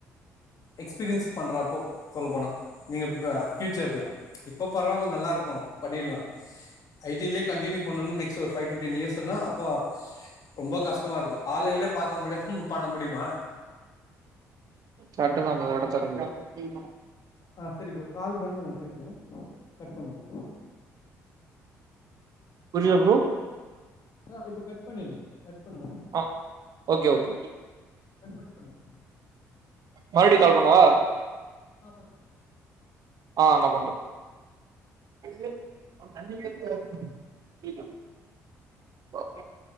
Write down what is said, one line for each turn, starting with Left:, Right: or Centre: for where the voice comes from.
Left: எக்ஸ்பீரியன்ஸ் பண்றப்போ சொல்ல போனா நீங்க ப ஃபியூச்சர்ல இப்ப பரவாயில்ல நல்லா இருக்கு பண்ணிடலா ஐ டியிலயே கண்டினியூ பண்ணனு நெக்ஸ்ட் ஒரு ஃபை டூ டென் இயர்ஸ்னா அப்பா ரொம்ப கஷ்டமா இருக்கு ஆளுங்களே பார்க்க முடியாம பண்ண முடியுமா
Right: சட்டு நாங்க ஓடச்ச <unintelligible> <inaudible>
Left: அ சரி ப்ரோ கால் பண்ணுங்க திருப்பியு கட் பண்ணுங்க
Right: புரியுதா ப்ரோ
Left: ஆ இப்போ கட் பண்ணிடுங்க கட் பண்ணுங்க
Right: ஆ ஓகே ஓகே
Left: சென்ட்மட்டு பண்ணு
Right: மறுபுடியு கால் பண்ணவா
Left: ஆ பண்ணுங்க பண்ணுங்க
Right: ஆ நா பண்ற <unintelligible> ஓகே